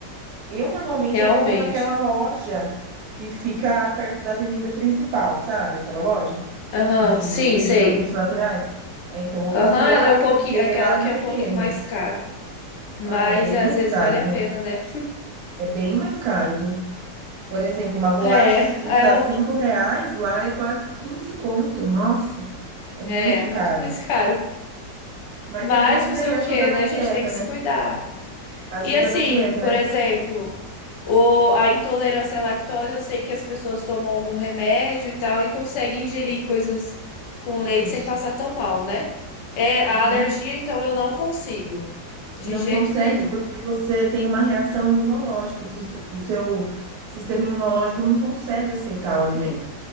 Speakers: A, on the right (about 65°); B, on the left (about 85°).
A: Eu normalmente
B: realmente.
A: eu compro naquela loja que fica perto da avenida principal, sabe? Aquela loja
B: Aham,
A: que
B: sim,
A: vende
B: sei.
A: produtos naturais. É, Então eu
B: Aham,
A: compro lá
B: ela é um pouquinho,
A: porque
B: aquela
A: lá não
B: que é
A: tem
B: um pouquinho
A: erro.
B: mais cara. Mas
A: Ah, é bem
B: às
A: mais
B: vezes
A: caro,
B: vale a
A: viu?
B: pena, né?
A: É bem mais caro, viu? Por exemplo, uma bolacha
B: É,
A: que custa
B: é, o-
A: 5 reais, lá é quase 15 conto. Nossa, é muito
B: é muito
A: caro.
B: mais <laughs> caro.
A: Mas
B: Mas
A: é bom que
B: fazer
A: daí
B: o
A: ajuda
B: quê,
A: na
B: né?
A: dieta,
B: A gente tem que
A: né?
B: se cuidar.
A: Ajuda
B: E assim,
A: na dieta,
B: por
A: né?
B: exemplo, o, a intolerância à lactose, eu sei que as pessoas tomam algum remédio e tal e conseguem ingerir coisas com leite
A: Isso.
B: sem passar tão mal, né? É, a
A: Uhum.
B: alergia, então, eu não consigo. De
A: Não
B: jeito
A: consegue
B: nenhum.
A: porque você tem uma reação imunológica. O sis- o seu sistema imunológico não consegue aceitar o alimento,